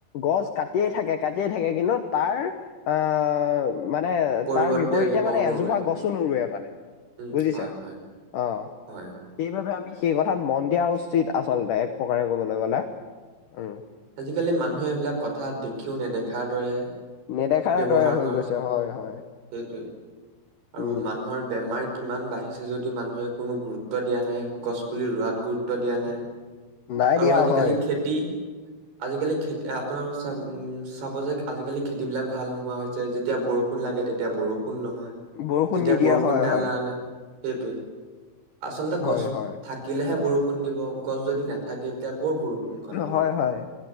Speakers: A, on the left; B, on the right.
A: গছ কাটিয়েই থাকে কাটিয়ে থাকে কিন্তু তাৰ আহ মানে
B: পৰিৱৰ্তে
A: তাৰ বিপৰীতে
B: এজোপাও
A: মানে
B: নোৰুৱে
A: এজোপা গছো নৰুৱে মানে
B: উম
A: বুজিছে
B: হয় হয়
A: অ
B: হয়
A: সেইবাবে আমি সেই কথাত মন দিয়া উচিত আচলতে এক প্ৰকাৰে কবলে গলে উম
B: আজিকালি মানুহে এইবিলাক কথা দেখিও নেদেখাৰ দৰে।
A: নেদেখাৰ
B: ব্যৱহাৰ
A: দৰে হৈ
B: কৰে,
A: গৈছে হয় হয়
B: সেইটোৱে
A: উম
B: আৰু মানুহৰ বেমাৰ। কিমান বাঢ়িছে যদিও, মানুহে কোনো গুৰুত্ব দিয়া নাই গছ। পুলি ৰোৱাত গুৰুত্ব দিয়া নাই,
A: নাই
B: আৰু
A: দিয়া
B: আজিকালি
A: হয়
B: খেতি। আজিকালি খেতি আপোনালোক চ উম চাব যে আজিকালি খেতি বিলাক ভাল নোহোৱা হৈছে যেতিয়া বৰষুণ <unintelligible> লাগে তেতিয়া বৰষুণ নহয়,
A: বৰষুণ
B: যেতিয়া
A: নিদিয়া
B: বৰষুণ
A: হয়
B: নালাগে।
A: হয়
B: সেইটোৱেই আচলতে
A: হয়
B: গছ
A: হয়
B: থাকিলেহে বৰষুণ দিব গছ যদি নাথাকে <unintelligible> এতিয়া কৰ' বৰষুণ কণ দিব
A: হয় হয়